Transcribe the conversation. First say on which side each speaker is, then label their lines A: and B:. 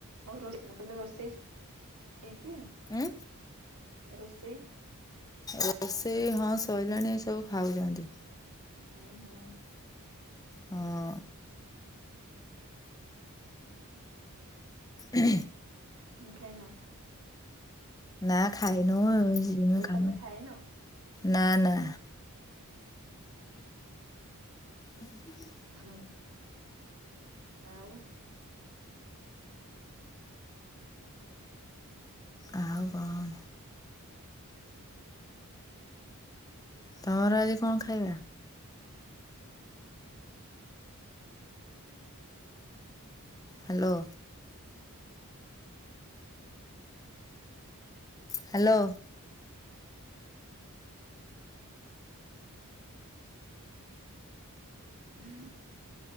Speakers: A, on the right (about 85°); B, on the left (about 15°).
A: ଆଉ ମୁ କହିଲି ରୋଷେଇ ହେଇଛି ଆଉ
B: ଉଁ
A: ରୋଷେଇ?
B: ରୋଷେଇ ହଁ ଶଇଲାଣି ଏ ସବୁ ଖାଉଛନ୍ତି।
A: ହୁଁ ହୁଁ।
B: ହଁ। ହ
A: ତମେ ଖାଇନ?
B: ନା ଖାଇନୁ ଆଉ ଯିବୁ
A: ମୁଁ କହିଲି
B: ଖାଇବୁ
A: ତମେ ଖାଇନ?
B: ନା ନା। ହୁଁ
A: ହଁ ଆଉ
B: ଆଉ କଣ? ତମର ଆଜି କଣ ଖାଇବା? ହ୍ୟାଲୋ। ହ୍ୟାଲୋ।
A: ହୁଁ